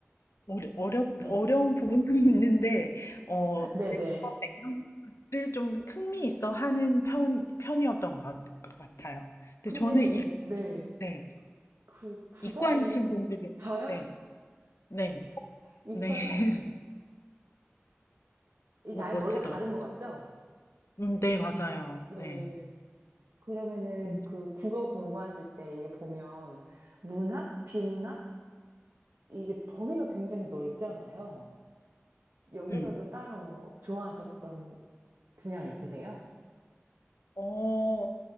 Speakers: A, on the left; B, on the right.
A: 어려, 어렵
B: 네.
A: 어려운 부분도 <laughs> 있는데 어
B: 네네.
A: 이런 것들 좀 흥미 있어 하는 편 편이었던 것, 것 같아요. 근데
B: 근데,
A: 저는 이,
B: 네.
A: 네,
B: 그, 그거는,
A: 이과이신 분들이
B: 저요?
A: 네, 네,
B: 이과,
A: 네. <laughs>
B: 이게 아예
A: 멋지더라고요.
B: 머리가 다른 것 같죠?
A: 음, 네, 맞아요.
B: 네.
A: 네.
B: 그러면은
A: 음.
B: 그 국어 공부하실 때 이게 보면 문학, 비문학? 이게 범위가 굉장히 넓잖아요. 여기서도
A: 음.
B: 따로 뭐 좋아하셨던 분야 있으세요?
A: 어,